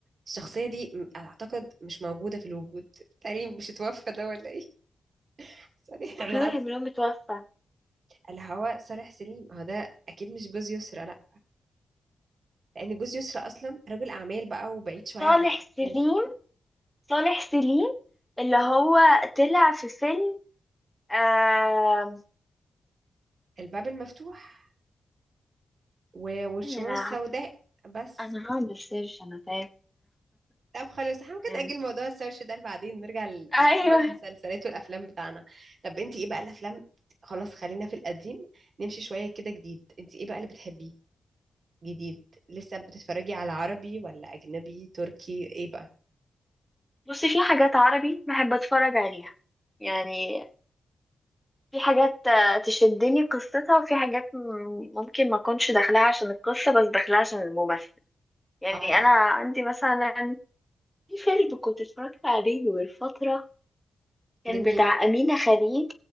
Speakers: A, on the right (about 50°); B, in the centre.
A: الشخصيه دي م- اعتقد مش موجوده في الوجود تقريبا مش اتوفى ده ولا ايه <laughs> صالح
B: هو
A: انا
B: في واحد
A: حاسه
B: منهم متوفى
A: اللي هو صالح سليم هو ده اكيد مش جوز يسرا لا لان جوز يسرى اصلا رجل اعمال بقى وبعيد شويه
B: صالح
A: عن
B: سليم
A: الشاشه
B: صالح سليم اللي هو طلع في فيلم آه...
A: الباب المفتوح و- والشموع
B: أنا
A: السوداء بس
B: أنا هعمل سيرش أنا تعبت
A: طب خلاص احنا ممكن
B: <laughs>
A: نأجل موضوع السيرش ده بعدين نرجع لموضوع
B: أيوه
A: المسلسلات والافلام بتاعنا طب انت ايه بقى الافلام خلاص خلينا في القديم نمشي شويه كده جديد انت ايه بقى اللي بتحبيه جديد لسه بتتفرجي على عربي ولا اجنبي تركي ايه بقى
B: بصي في حاجات عربي بحب أتفرج عليها يعني في حاجات آه، تشدني قصتها وفي حاجات م- ممكن ما أكونش داخلها عشان القصة بس داخلها عشان الممثل يعني
A: اه
B: انا عندي مثلا في فيلم كنت اتفرجت عليه من فتره
A: لمين
B: كان بتاع امينه خليل